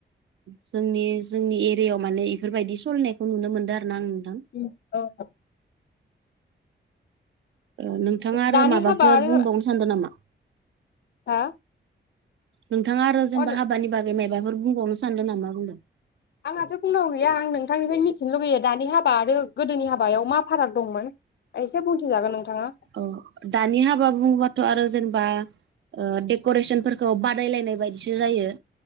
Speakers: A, on the right (about 80°); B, on the left (about 65°).
A: जोंनि जोंनि एरियाव माने इफोरबायदि सलिनायखौ नुनो मोन्दों आरो ना आं नोंथां
B: <unintelligible>
A: ओ नोंथाङा आरो
B: दानि
A: माबाफोर
B: हाबा आरो
A: बुंबावनो सानदो नामा
B: हा
A: नोंथाङा आरो जेनेबा
B: अ
A: हाबानि बागै मायाबाफोर बुंबावनो सानदों नामा बुंदों
B: आंहाथ' बुंनांगौ गैया आं नोंथांनिफ्रायनो मिथिनो लुगैयो दानि हाबा आरो गोदोनि हाबायाव मा फाराग दंमोन एसे बुंथिजागोन नोंथाङा
A: अ दानि हाबा बुङोबाथ' आरो जेनेबा डेक'रेसनफोरखौ बादायलायनाय बायदिसो जायो